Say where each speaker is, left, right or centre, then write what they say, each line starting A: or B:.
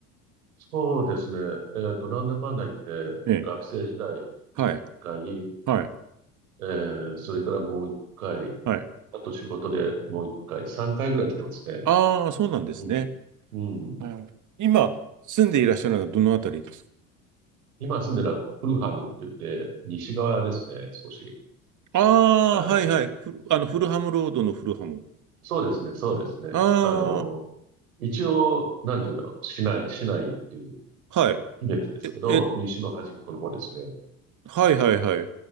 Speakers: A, on the right (about 75°); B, on the right (about 40°).
A: そうですね。えっと、なんだかんだ言って、
B: ええ。
A: 学生時代1回、
B: はい。はい。
A: えー、それからもう1回、
B: はい。
A: あと仕事でもう一回、三回ぐらい来てますね。
B: ああ、そうなんですね。
A: うん。うん。
B: うん。今、住んでいらっしゃるのはどのあたりですか
A: 今住んでるのはフルハムって言って、西側ですね、少し。
B: ああ、
A: あの、
B: はいはい。フル、あの、フルハムロードのフルハム。
A: そうですね、そうですね。
B: あ
A: あの、一応、なんて言うんだろう、市内、市内っていう
B: あ、はい。
A: イメージですけど、
B: え、え、
A: 西の端っこの方ですね。
B: はいはいはい。